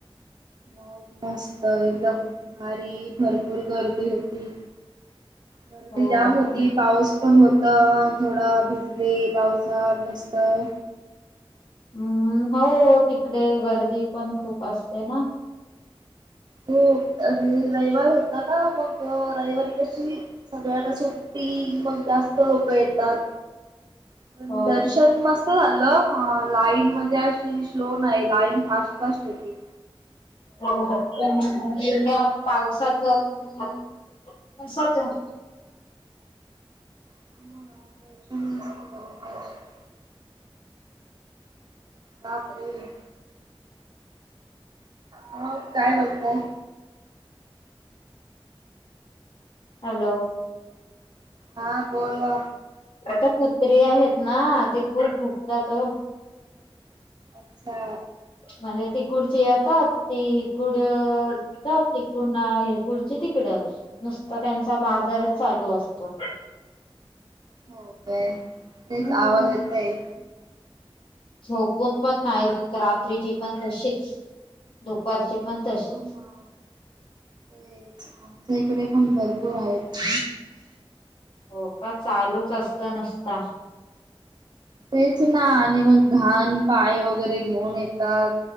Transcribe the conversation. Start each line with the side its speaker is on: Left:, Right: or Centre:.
Right: हो, मस्त एकदम भारी भरपूर गर्दी होती. गर्दी
Left: हो
Right: जाम होती,
Left: का?
Right: पाऊस पण होता, थोडा भिजले पावसात मस्तं.
Left: हम्म, हो तिकडे गर्दी पण खूप असते ना.
Right: हो आणि रविवार होता ना मग अ रविवारी कशी सगळ्याला सुट्टी मग जास्त लोकं येतात. पण
Left: हो.
Right: दर्शन मस् त झालं, हा लाईन म्हणजे अशी स्लो नाही लाईन फास्ट फास्ट होती.
Left: हो पण एवढ्या पावसाचं <unintelligible> कशाचं?
Right: <unintelligible> बापरे! मग काय म्हणताय?
Left: हॅलो!
Right: हा बोला.
Left: हिथं कुत्री आहेत ना ते खूप भुकतात ओ.
Right: अच्छा.
Left: म्हणजे तिकुडची येतात, ते इकूड भुकतात. पुन्हा हिकुडची तिकडं, नुसता त्यांचा बाजारच चालू असतो.
Right: हो काय?
Left: हम्म
Right: तेच आवाज येतंय.
Left: झोपून पण नाही देत रात्रीची पण तशीच, दुपारची पण तशीच
Right: हो ना. तेच, आमच्या इकडे पण भरपूर आहेत.
Left: हो का? चालूच असतं नुसता.
Right: तेच ना आणि मग घाण पाय वगैरे घेऊन येतात.